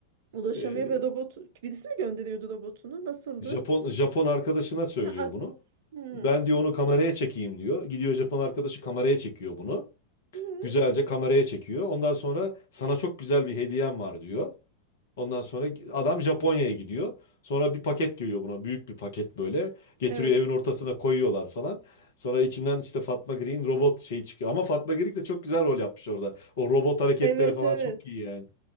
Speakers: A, on the right; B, on the left.
A: ulaşamıyor
B: Eee,
A: ve robot birisi mi gönderiyordu robotunu nasıldı?
B: Japon Japon arkadaşına söylüyor
A: Ak-
B: bunu.
A: Hı.
B: Ben diyor onu kameraya çekeyim diyor. Gidiyor Japon arkadaşı kameraya çekiyor bunu.
A: Hı.
B: Güzelce kameraya çekiyor. Ondan sonra sana çok güzel bir hediyem var diyor. Ondan sonra adam Japonya'ya gidiyor. Sonra bir paket geliyor buna. Büyük bir paket böyle. Getiriyor
A: Evet.
B: evin ortasına koyuyorlar falan. Sonra içinden işte Fatma Girik'in robot şeyi çıkıyor. Ama Fatma Girik de çok güzel rol yapmış orada. O robot hareketleri
A: Evet,
B: falan
A: evet.
B: çok iyi yani.